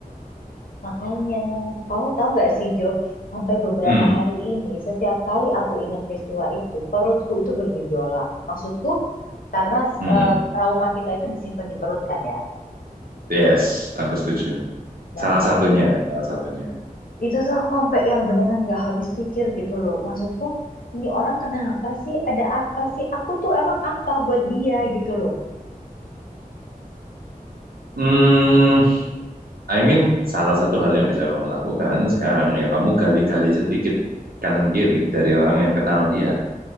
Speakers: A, on the left; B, on the right.
A: Makanya, kamu tahu nggak sih Jo, sampai beberapa
B: Hmm.
A: hari ini, setiap kali aku ingat peristiwa itu, perutku itu bergejolak. Maksudku, karena
B: Mm-mm.
A: eh, trauma kita itu disimpan di perut kan ya.
B: Yes, aku setuju.
A: Nah,
B: Salah satunya,
A: i-
B: salah satunya.
A: itu tuh aku sampai yang beneran nggak habis pikir gitu loh. Maksudku, ini orang kenapa sih? Ada apa sih? Aku tuh emang apa buat dia gitu loh.
B: Hmm, I mean, salah satu hal yang bisa kamu lakukan sekarang ya kamu gali-gali sedikit kanan kiri dari orang yang kenal dia,